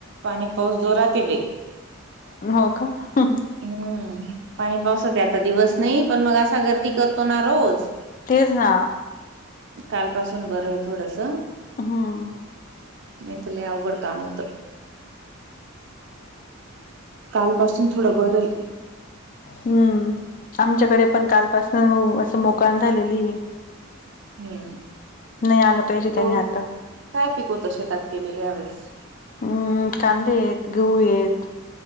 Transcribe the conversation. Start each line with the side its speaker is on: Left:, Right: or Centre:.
Right: पाणी पाऊस जोरात ए बाई.
Left: न्हव का. उं हुं.
Right: हम्म् पाणी पावसाचे आता दिवस नाही पण मग असा गर्दी करतो ना रोज.
Left: तेज ना.
Right: काल पासून बरंय थोडस.
Left: हं.
Right: नई त लै आवघड काम होत. कालपासून थोडं बरं ये.
Left: हम्, आमच्याकडे पण काल पासन ओ असं मोकाण झालेली ये.
Right: हम्.
Left: नाही आलं पाहिजे त्याने
Right: ग
Left: आता
Right: काय पिकवता शेतात केलेल या वेेळेस?
Left: उम्.. कांदे येत, गहू येत.